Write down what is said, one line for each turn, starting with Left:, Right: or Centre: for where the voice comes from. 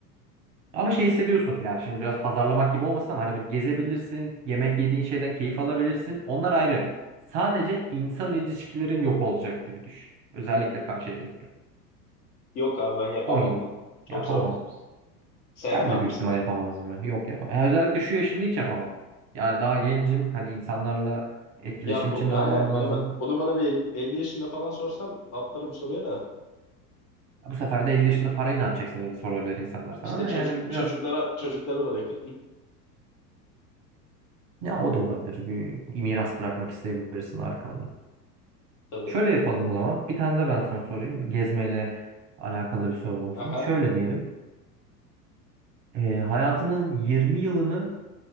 Right: Ama şey hissediyorsun yani şimdi biraz pazarlamak gibi olmasın ama hani böyle gezebilirsin, yemek yediğin şeyden keyif alabilirsin. Onlar ayrı. Sadece insan ilişkilerin yok olacak gibi düşün. Özellikle karşı cinsle.
Left: Yok abi ben yapamam
Right: 10 yıl.
Left: bunu. Çok
Right: Yapamaz
Left: zor.
Right: mısın?
Left: Sen
Right: Ben
Left: yapar
Right: de
Left: mısın?
Right: büyük ihtimal yapamazdım ya. Yok yapamam. Yani özellikle şu yaşımda hiç yapamam. Yani daha gencim. Hani insanlarla etkileşim
Left: Ya bu
Right: içinde
Left: aynen
Right: olmam lazım.
Left: bunu ba- bunu bana bir el- 50 yaşında falan sorsan atlarım soruya da.
Right: Bu sefer de 50 yaşında parayı ne yapacaksın diye de sorabilir insanlar sana
Left: İşte
Right: da.
Left: çocuk
Right: Yani biraz
Left: çocuklara çocuklara bırakırdım
Right: ya o da olabilir. Bir miras bırakmak isteyebilirsin arkanda.
Left: tabii.
Right: Şöyle yapalım o zaman. Bir tane de ben sana sorayım. Gezmeyle alakalı bir soru olsun.
Left: Aha.
Right: Şöyle diyelim. Ee, hayatının 20 yılını